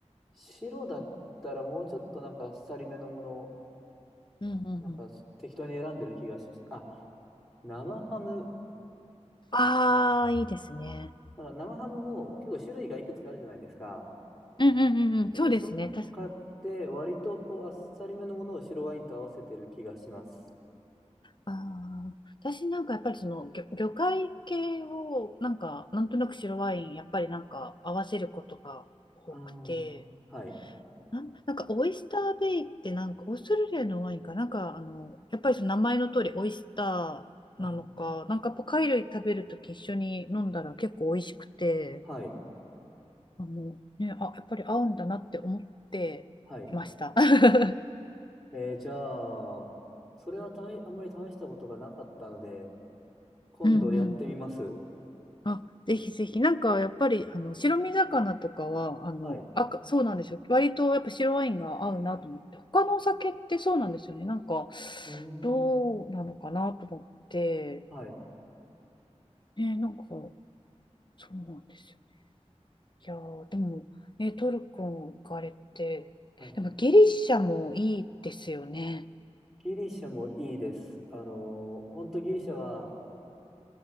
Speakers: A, in the centre; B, on the left.
A: 白だったらもうちょっとなんかあっさりめのもの、
B: うんうんうん。
A: なんかす適当に選んでる気がします。あ、生ハム。
B: ああ、いいですね。
A: なんか生ハムも結構種類がいくつかあるじゃないですか。
B: うんうんうんうん。そうですね。
A: でその中で割とこうあっさりめのものを白ワインと合わせてる気がします。
B: 確かに。ああ私なんかやっぱりその魚、魚介系をなんかなんとなく白ワインやっぱりなんか合わせることが多くて
A: ああ、はい、
B: なん、なんかオイスターベイってなんかオーストラリアのワインかなんかあのやっぱりその名前の通りオイスターなのかなんかやっぱ貝類食べるとき一緒に飲んだら結構美味しくて
A: はい、はい、
B: あの、ね、あやっぱり合うんだなって思っていました。
A: はい。
B: <laughs>
A: えーじゃあ、それはたいあんまり試したことがなかったので、今度やってみます。
B: うんうんあ、ぜひぜひ、なんかやっぱりあの白身魚とかはあの赤、
A: はい。う
B: そうなんですよ、割とやっぱ白ワインが合うなと思って、他のお酒ってそうなんですよね、なんか
A: ーん、
B: どうなのかなと思って、
A: はい、
B: ね、なんかそうなんですよね。いやー、でも、ね、トルコ行かれて、
A: はい。
B: でもギリシャもいいですよね。
A: ギリシャもいいです。あのー、本当ギリシャは